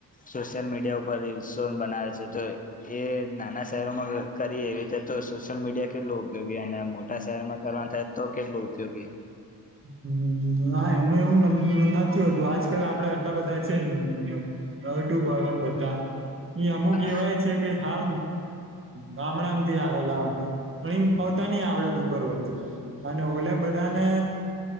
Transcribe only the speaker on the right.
હમમ ના એમ એવું નક નક્કી નથી હોતું આજકાલ આપડે આટલા બધા છે યુટુબન અરુન બધા એ અમુક
કેવાય છે કે હા ગામડા મથી આવેલા હોય પણ ઈન પોતાની આવડત ઉપર હોય છે. અને ઓલે બધાને